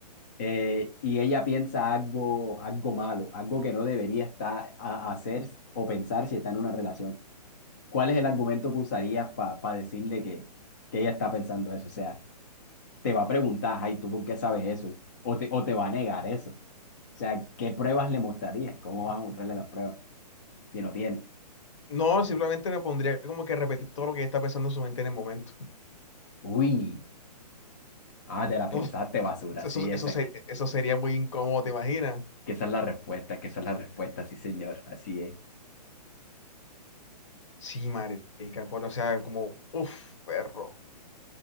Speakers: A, on the left; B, on the left.
A: Eh, y ella piensa algo, algo malo, algo que no debería estar a, a hacer o pensar si está en una relación. ¿Cuál es el argumento que usarías para decirle que, que ella está pensando eso? O sea, te va a preguntar, ay, ¿tú por qué sabes eso? O te, o te va a negar eso. O sea, ¿qué pruebas le mostrarías? ¿Cómo vas a mostrarle las pruebas? y no tiene.
B: No, simplemente me pondría como que a repetir todo lo que ella está pensando en su mente en el momento.
A: Uy, ah, te la
B: Uf,
A: pensaste, basura.
B: eso,
A: Sí, esa
B: eso, ser-
A: es, que
B: eso sería muy incómodo, ¿te imaginas?
A: que esa es la respuesta, que esa es la respuesta, sí, señor, así es.
B: Sí, marica, por, o sea, como, uff, perro,